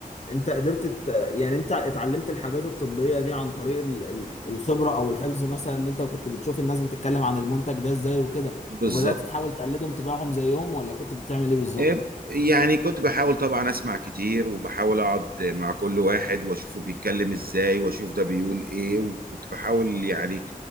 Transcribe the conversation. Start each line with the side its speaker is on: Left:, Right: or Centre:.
Left: انت قدرت ت... يعني انت اتعلمت الحاجات الطبية دي عن طريق ال... ال- الخبرة او الحفظ مثلا ان انت كنت بتشوف الناس بتتكلم عن المنتج ده ازاي وكده
Right: بالظبط
Left: وبدأت تحاول تقلدهم تبيعهم زيهم ولا كنت بتعمل ايه بالظبط؟
Right: إيه، يعني كنت بحاول طبعا اسمع كتير وبحاول اقعد مع كل واحد واشوفه بيتكلم ازاي واشوف ده بيقول ايه وكنت بحاول يعني